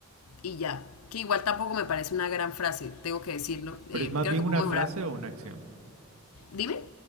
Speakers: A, on the left (about 75°); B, on the right (about 75°).
A: y ya. Que igual tampoco me parece una gran frase, tengo que decirlo. Eh,
B: Pero es más
A: creo
B: bien
A: que
B: una
A: puedo
B: frase
A: mejorar.
B: o una acción.
A: Dime.